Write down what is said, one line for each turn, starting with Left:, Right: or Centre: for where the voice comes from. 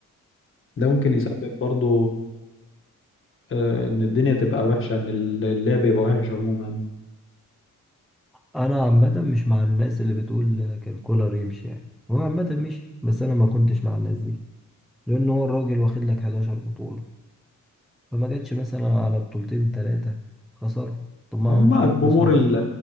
Left: ده ممكن يسبب برضو أه إن الدنيا تبقى وحشة إن اللعب يبقى وحش عموما
Centre: فأنا عامة مش مع الناس اللي بتقول كان كولر يمشي يعني هو عامة مشي بس أنا ما كنتش مع الناس دي لأن هو الراجل واخد لك 11 بطولة فما جاتش مثلا على بطولتين ثلاثة خسروا طب ما
Left: هما
Centre: هو انشيلوتي
Left: الجمهور
Centre: صاحبي
Left: ال...